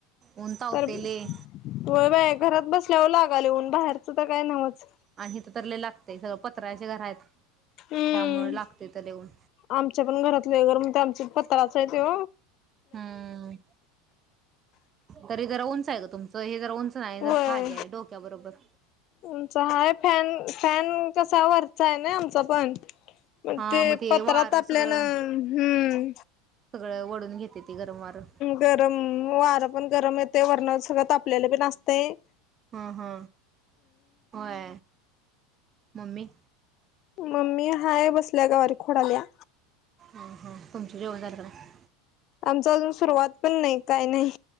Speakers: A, on the right (about 30°); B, on the left (about 45°).
A: ऊन तावतंय
B: तर व्हय
A: लय
B: बाय घरात बसल्यावर लागालय उन बाहेरचं तर काय नव्हचं
A: आणि हित तर लय लागतय सगळं पत्र्याची घर आहेत.
B: हम्म
A: त्यामुळे लागतंय तर लय ऊन
B: आमच्या पण घरात लय गरम होतंय आमच्यात पण पत्राच आहे तो
A: हम्म तरी जरा उंच आहे ग तुमच हे जरा उंच नाही जरा
B: होय
A: खाली आहे डोक्याबरोबर
B: उंच आहे फॅन फॅन कसा वरचा आहे ना आमचा पण मग
A: हा
B: ते पत्रा
A: वारं
B: तापल्यान
A: सगळं
B: हम्म
A: सगळं वढून घेते. ते गरम वारं
B: गरम वारं पण गरम येते वर्ण सगळं ताप तापलेल पण असतय
A: हा हा होय मम्मी
B: मम्मी हाय बसल्या गवारी खोडाल्या
A: हा हा तुमच जेवण झालं का नाही?
B: आमच अजून सुरुवात पण नाही काही नाही